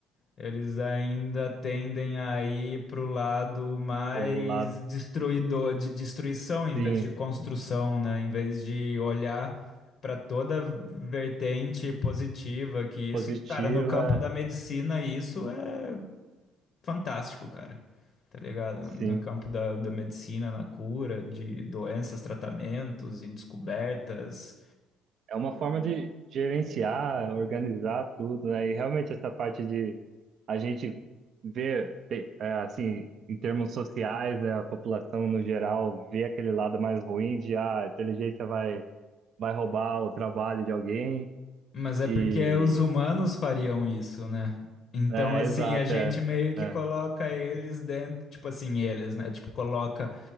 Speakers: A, on the left; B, on the right.
A: eles ainda tendem a ir pro lado mais
B: O lado,
A: destruidor, de destruição em
B: sim,
A: vez de construção, né? Em vez de olhar para toda vertente positiva que isso,
B: positiva.
A: que, cara, no campo da medicina isso é fantástico, cara. Tá ligado?
B: Sim.
A: No campo da, da medicina, na cura de doenças, tratamentos e descobertas,
B: É uma forma de gerenciar, organizar tudo, né? E realmente essa parte de a gente ver, te- é, assim, em termos sociais, né, a população no geral vê aquele lado mais ruim de ah, a inteligência vai, vai roubar o trabalho de alguém
A: Mas é
B: e
A: porque os humanos fariam isso, né? Então,
B: é,
A: assim,
B: exato,
A: a gente
B: é,
A: meio que
B: é.
A: coloca eles dentro, tipo assim, eles, né? Tipo, coloca